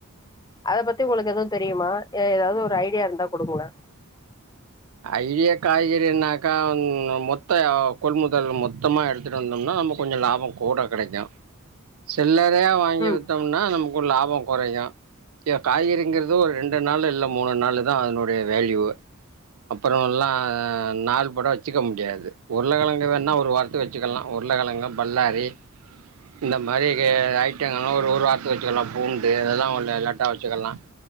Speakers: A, on the left; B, on the right.
A: அத பத்தி உங்களுக்கு எதுவும் தெரியுமா எ ஏதாவது ஒரு ஐடியா இருந்தா கொடுங்களே
B: ஐடியா காய்கறின்னாக்க மொத்த கொள்முதல் மொத்தமா எடு த்திட்டு வந்தம்னா நம்ம கொஞ்ச லாபம் கூட கெடக்கு சில்லர் றையா வாங்கி
A: ம்
B: வித்தோம்னா நமக்கு லாப கொறையு இ காய்கறிங்கிறது ஒரு ரெண்டு நாள் இல்ல மூணு நாள் தா அதனுடய வேல்யூ அப்புறல்லா நாள் பட வச்சுக்க முடியாது உருளகெழங்க வேணா ஒரு வார்த்து வச் சுக்லா உருளக்கெழங்கு பல்லாரி இந்த மாரி ஐட்டங்கலா ஒரு ஒரு வாரத்து வச்சுக்கலா பூண்டு அதெலா உள்ள லேட்டா வச்சுக்கலா